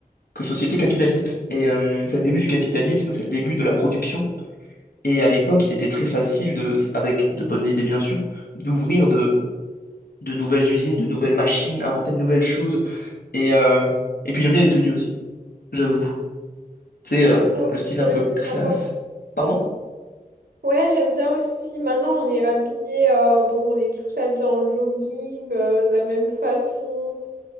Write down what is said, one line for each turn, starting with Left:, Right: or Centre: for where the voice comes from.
Left: que société capitaliste. Et euh, c'est le début du capitalisme, c'est le début de la production. Et à l'époque, il était très facile, de, avec de bonnes idées bien sûr, d'ouvrir de, de nouvelles usines, de nouvelles machines, inventer de nouvelles choses. Et, euh, et puis j'aime bien les tenues aussi j'avoue. Tu sais, euh,
Right: Ouais,
Left: le style
Right: c'est
Left: un
Right: vrai
Left: peu
Right: que c'est
Left: classe.
Right: sympa.
Left: Pardon?
Right: Ouais, j'aime bien aussi. Maintenant, on est habillés, euh, bon, on est tous habillés en jogging, euh, de la même façon.